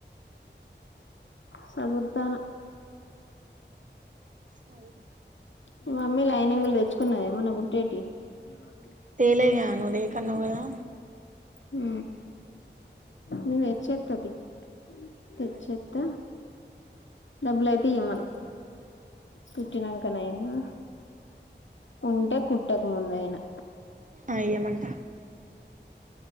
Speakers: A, on the left (about 85°); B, on the right (about 40°).
A: సదుర్థాన
B: సదురు
A: మీ మమ్మీ లైనింగులు తెచ్చుకున్నద ఏమన్నా గుట్టేటి హమ్
B: తేలే ఇగ నువ్వు దేక అన్నావ్ కదా
A: హ నేను తేచ్చ ఎత్తదియి. తెచ్చ
B: సరే
A: ఎత్త డబ్బులు అయితే ఇయ్యమను. కుట్టినాక నయినా ఉంటే కుట్టక ముందయినా
B: ఆ ఇయ్యమంట